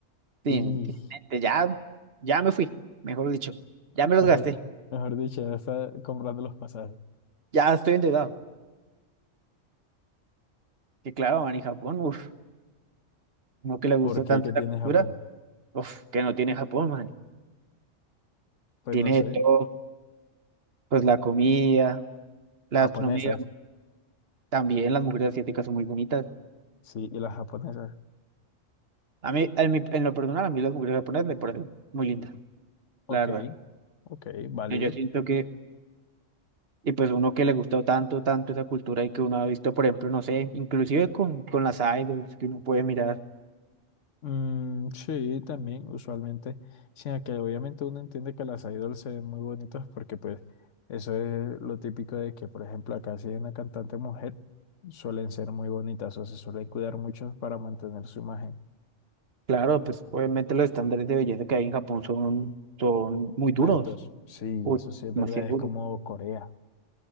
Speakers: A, on the right; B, on the left.
A: sin
B: Y
A: mente, ya, ya me fui, mejor dicho, ya
B: <laughs>
A: me los
B: mejor,
A: gasté,
B: mejor dicho, ya está comprando los pasajes.
A: ya estoy endeudado. Que claro, man, y Japón, uff, uno que le gusta
B: ¿Por qué?
A: tanto
B: ¿Qué tiene
A: la cultura,
B: Japón?
A: uff, que no tiene Japón, man.
B: Pues
A: Tiene
B: no sé,
A: de todo, pues la comida, la
B: japonesas,
A: gastronomía, también las mujeres asiáticas son muy bonitas.
B: sí, y las japonesas.
A: A mí, en, mi- en lo personal, a mí las mujeres japonesas me parecen muy lindas,
B: Ok,
A: la verdad.
B: ok, válido.
A: Yo, yo siento que, y pues uno que le gustó tanto, tanto esa cultura y que uno ha visto, por ejemplo, no sé, inclusive con, con las idols que uno puede mirar.
B: Mm, sí, también, usualmente, sino que obviamente uno entiende que las idols se ven muy bonitas porque pues eso es lo típico de que, por ejemplo, acá si hay una cantante mujer, suelen ser muy bonitas o se suelen cuidar mucho para mantener su imagen.
A: Claro, pues obviamente los estándares de belleza que hay en Japón son, son muy duros,
B: Altos, sí,
A: uy,
B: eso sí es verdad,
A: demasiado
B: es como
A: duros,
B: Corea,